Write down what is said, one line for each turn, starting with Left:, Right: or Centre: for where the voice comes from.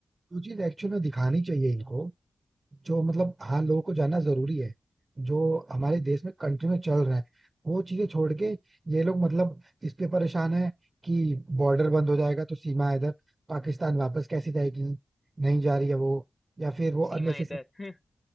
Right: जो चीज एक्चुअल में दिखानी चाहिए इनको जो मतलब हाँ लोगों को जानना जरूरी है जो हमारे देश में कंट्री में चल रहा है वो चीजें छोड़ के ये लोग मतलब इस पे परेशान है कि बॉर्डर बंद हो जाएगा तो सीमा इधर पाकिस्तान वापस कैसे जाएगी नहीं जा रही है वो या फिर वो अननेसेसरी
Left: सीमा इधर <laughs>